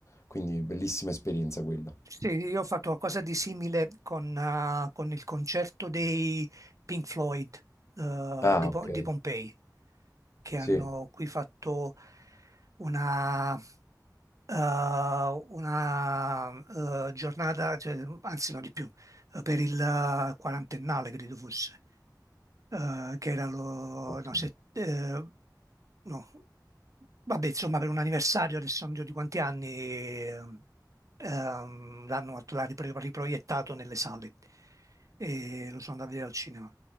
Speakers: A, on the left; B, on the right.
A: Quindi bellissima esperienza quella.
B: Sì, io ho fatto qualcosa di simile con, eh, con il concerto dei Pink Floyd, eh,
A: Ah,
B: di,
A: ok.
B: Po- di Pompei, che
A: Sì.
B: hanno qui fatto una, eh, una, eh, giornata, cioè, anzi no di più, eh, per il eh, quarantennale credo fosse. eh, che era lo,
A: Ok.
B: no, se- eh, no, vabbè, insomma, per un anniversario, adesso non mi ricordo di quanti anni, ehm, ehm, l'hanno fatto- l'ha ripro- riproiettato nelle sale e lo sono andato a vedere al cinema,